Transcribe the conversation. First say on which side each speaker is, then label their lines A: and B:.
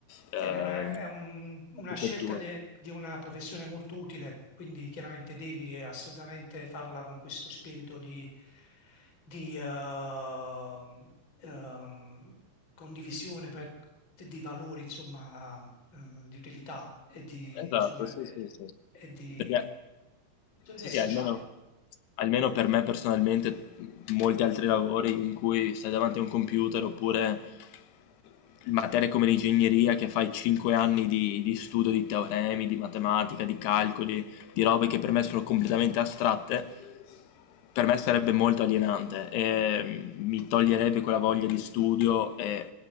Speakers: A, on the left; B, on the left.
A: eh,
B: Sì, è una, è un- una
A: architettura.
B: scelta de- di una professione molto utile, quindi chiaramente devi assolutamente farla con questo spirito di, di, ehm, ehm, condivisione per- di valori, insomma, eh, di utilità e di,
A: Esatto,
B: insomma,
A: sì,
B: de-
A: sì, sì.
B: e di,
A: Perché, sì,
B: e sociali.
A: sì, almeno, almeno per me personalmente, molti altri lavori in cui stai davanti a un computer oppure materie come l'ingegneria che fai 5 anni di, di studio di teoremi, di matematica, di calcoli, di robe che per me sono completamente astratte, per me sarebbe molto alienante e mm, mi toglierebbe quella voglia di studio e